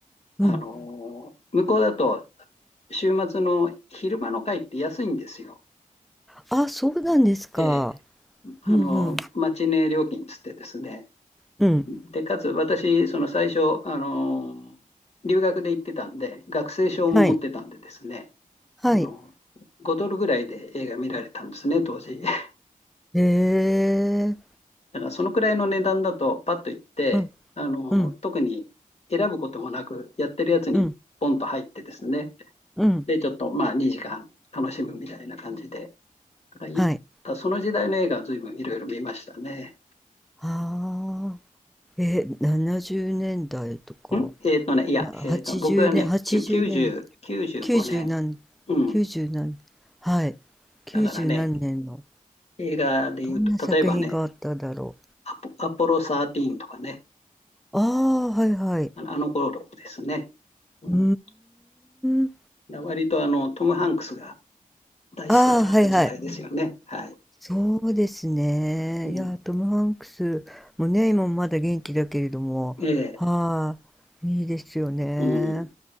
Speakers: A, in the centre; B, on the left (about 45°).
A: うん。
B: あの向こうだと週末の昼間の会って安いんですよ。
A: あ、そうなんですか。
B: えーあのマチネ料金つってですね。
A: うんうん。うん。
B: で、かつ私、その最初、あの留学で行ってたんで、学生証も持ってたんでですね、
A: はい。はい。
B: あの5ドルぐらいで映画見られたんですね、当時。<laughs>
A: へえ。
B: だからそのくらいの値段だと、パッと行って、
A: うん。
B: あの特に選ぶこともなく、
A: うん。
B: やってるやつにポンと入ってですね、
A: うん。うん。
B: で、ちょっとまあ2時間楽しむみたいな感じで。だ
A: はい。
B: かその時代の映画は随分いろいろ見ましたね。
A: ああ。え、70年代とか、
B: んえっとね、いや、
A: な、
B: えっと、
A: 80年、
B: 僕はね、
A: 80年、
B: きゅ90、95年。
A: 90何、
B: うん。
A: 90何、はい。90何年の、
B: だからね、映画で言うと、
A: どんな作品があっただろ
B: 例えばね、アポ、アポロ13とかね、
A: う。ああ、はいはい。
B: あの、あの頃ですね。うん。
A: うーん。
B: だ割とあの、トム・ハンクスが大スターだった時代ですよね。
A: ああ、はいはい。
B: はい。
A: そうですね。
B: うん。
A: いや、トム・ハンクスもね、今もまだ元気だけれども、
B: ええ、
A: はい、いいですよね。
B: うん。